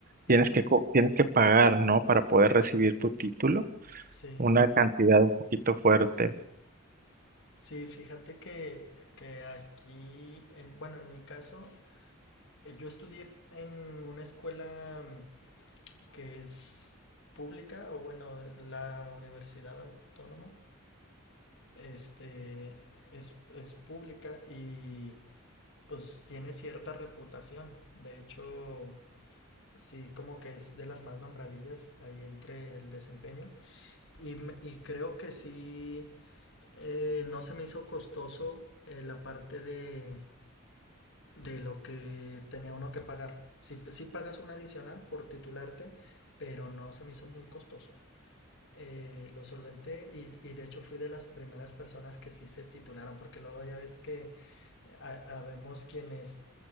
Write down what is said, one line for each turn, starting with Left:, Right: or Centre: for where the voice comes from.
Left: ujú,
Right: tienes que, co- tienes que pagar, ¿no? Para poder recibir tu título,
Left: sí,
Right: una cantidad un poquito fuerte.
Left: sí, fíjate que, que aquí, en, bueno, en mi caso, eh, yo estudié en una escuela mm, que es pública, o bueno, la universidad autónoma, este, es, es pública y pues tiene cierta reputación, de hecho, sí, como que es de las más nombradillas ahí entre el desempeño. Y, me- y creo que sí, eh, no se me hizo costoso eh, la parte de, de lo que tenía uno que pagar. Sí, sí pagas un adicional por titularte, pero no se me hizo muy costoso. Eh, lo solventé y, y de hecho fui de las primeras personas que sí se titularon, porque luego ya ves que ha- habemos quienes